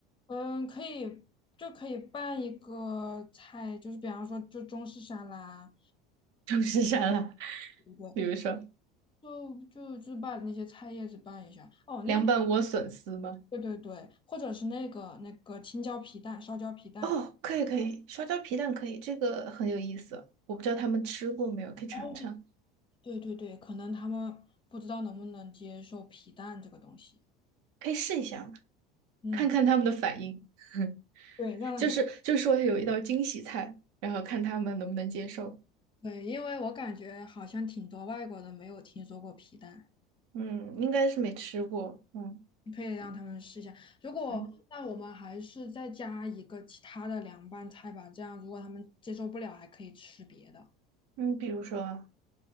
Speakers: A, on the left (about 15°); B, on the right (about 55°).
A: 嗯，可以，就可以拌一个菜，就是比方说，就中式沙拉，
B: 中式沙拉，
A: 对不对？
B: 比如说
A: 就就就把那些菜叶子拌一下。哦，
B: 凉拌莴笋丝吗？
A: 那个对对对，或者是那个那个青椒皮蛋，烧椒皮蛋。
B: 哦，可以可以，烧椒皮蛋可以，这个很有意思。我不知道他们吃过没有，可以尝尝，
A: 哦，对对对，可能他们不知道能不能接受皮蛋这个东西。
B: 可以试一下嘛，
A: 嗯，
B: 看看他们的反应。<laughs>
A: 对，让
B: 就是就是说有一道惊喜菜，然后看他们能不能接受。
A: 对，因为我感觉好像挺多外国人没有听说过皮蛋。
B: 嗯，应该是没吃过。嗯
A: 可以让他们试一下。如果那我们还是再加一个其他的凉拌菜吧，
B: 嗯。
A: 这样如果他们接受不了，还可以吃别的。
B: 嗯，比如说